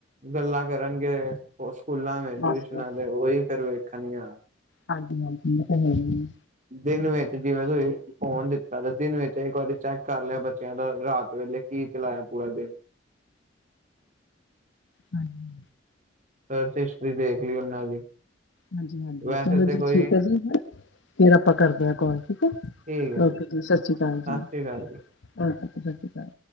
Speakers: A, on the right; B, on the left.
A: ਗੱਲਾਂ ਕਰਨਗੇ, ਸਕੂਲਾਂ ਦੇ,
B: ਬਸ
A: ਟਿਊਸ਼ਨਾਂ
B: ਬਸ।
A: ਦੇ, ਉਹੀ ਫੇਰ ਵੇਖਣੀਆਂ।
B: ਹਾਂਜੀ, ਹਾਂਜੀ ਇਹ ਤਾਂ ਹੈ ਹੀ ਐ।
A: ਦਿਨ ਵਿੱਚ ਜਿਵੇਂ ਤੁਸੀਂ ਫੋਨ ਦਿੱਤਾ ਤੇ ਦਿਨ ਵਿੱਚ ਇੱਕ ਵਾਰੀ ਚੈੱਕ ਕਰ ਲਿਆ ਬ ਚਿਆਂ ਦਾ ਰਾਤ ਵੇਲੇ ਕੀ ਚਲਾਇਆ ਪੂਰਾ ਦਿਨ।
B: ਹਾਂਜੀ!
A: ਸਰਚ ਹਿਸਟਰੀ ਦੇਖ ਲਈ ਉਹਨਾਂ ਦੀ।
B: ਹਾਂਜੀ, ਹਾਂਜੀ!
A: ਵੈਸੇ
B: ਚਲੋ
A: ਤੇ
B: ਜੀ
A: ਕੋਈ
B: ਠੀਕ ਐ ਜੀ, ਹੈਂ ਫੇਰ ਆਪਾਂ ਕਰਦੇ ਹਾਂ ਕੋਲ ਠੀਕ ਐ।
A: ਠੀਕ ਹੈ
B: ਓਕੇ ਜੀ ਸਸਰੀ ਅਕਾਲ
A: ਸਤਿ
B: ਜੀ। ਓਕੇ
A: ਸ੍ਰੀ ਅਕਾਲ
B: ਜੀ ਸਸ੍ਰੀ ਕਾਲ।